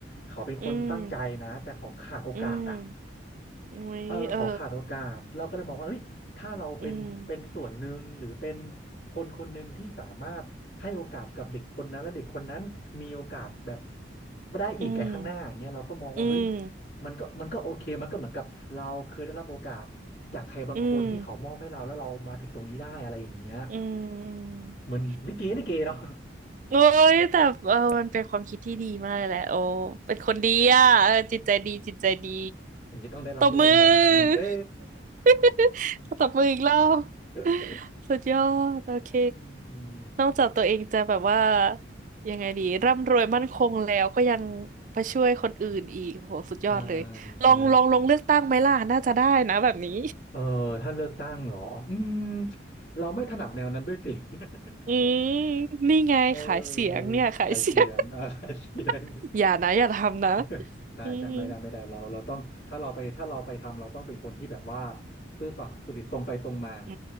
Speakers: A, on the left (about 45°); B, on the right (about 40°).
A: เขาเป็นคนตั้งใจนะแต่เขาขาดโอกาสอ่ะ
B: อืมอืมอุ้ยเออ
A: เออเขาขาดโอกาสเราก็เลยมองว่าเฮ้ยถ้าเราเป็นเป็นส่วนหนึ่งหรือเป็น
B: อืม
A: คนคนหนึ่งที่สามารถให้โอกาสกับเด็กคนนั้นและเด็กคนนั้นมีโอกาสแบบได้อีกไกลข้างหน้าอย่างเงี้ยเราก็มองว่าเฮ้ย
B: อืม อืม
A: มันก็มันก็โอเคมันก็เหมือนกับเราเคยได้รับโอกาสจากใครบางคนที่เขามอบให้เราแล้วเรามาถึงตรงนี้ได้อะไรอย่างเงี้ย
B: อืมอืมอืม
A: เหมือนลิเกลิเกเนาะ
B: โอ้ยแต่เออมันเป็นความคิดที่ดีมากเลยแหละโอ้เป็นคนดีอ่ะเออจิตใจดี จิตใจดี
A: <laughs> อย่างนี้ต้องได้รับโล่รางวัลเย้
B: ตบมือ <laughs> ตบมืออีกรอบ
A: <laughs>
B: สุดยอดโอเค
A: อืม
B: นอกจากตัวเองจะแบบว่ายังไงดีร่ำรวยมั่นคงแล้วก็ยังไปช่วยคนอื่นอีกโหสุดยอดเลย
A: ใช่ใช่
B: ลองลองลงเลือกตั้งไหมล่ะน่าจะได้นะแบบนี้
A: เออถ้าเลือกตั้งเหรออืมเราไม่ถนัดแนวนั้นด้วยสิ <laughs>
B: อืมนี่ไงขายเสียงเนี่ยขายเสียง
A: เออสายเสียงอ่าสายเสียง
B: <laughs> อย่านะอย่าทำนะ
A: <laughs> ใช่ใช่ไม่ได้ไม่ได้เราเราต้องถ้าเราไปถ้าเราไปทำเราต้องเป็นคนที่แบบว่า
B: อืม
A: ซื่อสัตย์สุจริตตรงไปตรงมา
B: อื